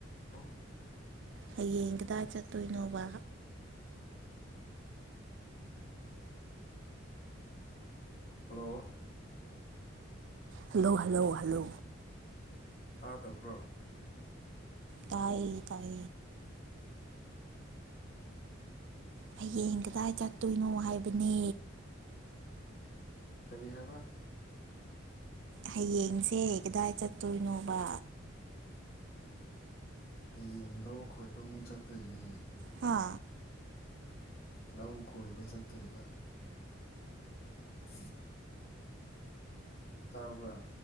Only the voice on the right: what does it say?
ꯍꯌꯦꯡ ꯀꯗꯥꯏ ꯆꯠꯇꯣꯏꯅꯣꯕ
ꯍꯜꯂꯣ ꯍꯜꯂꯣ ꯍꯜꯂꯣ
ꯇꯥꯏ ꯇꯥꯏ ꯍꯌꯦꯡ ꯀꯗꯥꯏ ꯆꯠꯇꯣꯏꯅꯣ ꯍꯥꯏꯕꯅꯦ
ꯍꯌꯦꯡꯁꯦ ꯀꯗꯥꯏ ꯆꯠꯇꯣꯏꯅꯣꯕ
ꯍꯥ